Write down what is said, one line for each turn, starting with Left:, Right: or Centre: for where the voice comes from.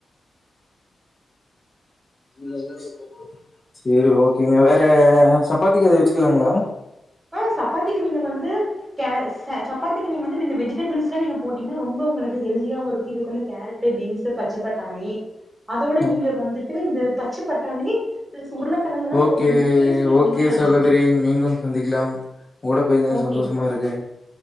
Left: இல்ல இல்ல சரி ஓகேங்க வேற சப்பாத்திக்கு இத வச்சுக்கலாங்ளா
Right: ஆ சப்பாத்திக்கு நீங்க வந்து கேர சப்பாத்திக்கு நீங்க வந்து இந்த வெஜிடபிள்ஸ்லா நீங்க போட்டீங்னா ரொம்ப உங்ளுக்கு ஹெல்தியா இருக்கு இதுக்கு வந்து கேரட் பீன்ஸ் பச்ச பட்டாணி அதோட
Left: ம்.
Right: நீங்க வந்துட்டுந்த பச்ச பட்டாணி பிளஸ் உருளைக்கிழங்கெல்லா
Left: ஓகே
Right: போட்டீங்கன்னா டேஸ்ட்
Left: ஓகே
Right: ரொம்ப நல்லா
Left: சகோதரி
Right: இருக்கு
Left: மீண்டும் சந்திக்லாம் ஓட பேஸ்னது தான்
Right: ஓகே
Left: சந்தோஷமா இருக்கு